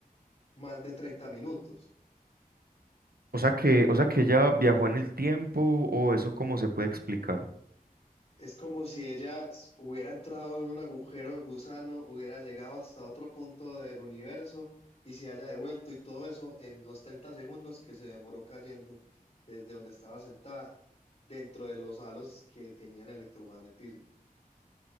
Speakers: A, on the left; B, on the right.
A: más de 30 minutos.
B: O sea que, o sea que ella viajó en el tiempo, o eso cómo se puede explicar.
A: Es como si ella s- hubiera entrado en un agujero de gusano, hubiera llegado hasta otro punto del universo y se haya devuelto y todo eso en los 30 segundos que se demoró cayendo desde donde estaba sentada dentro de los halos que tenían electromagnetismo.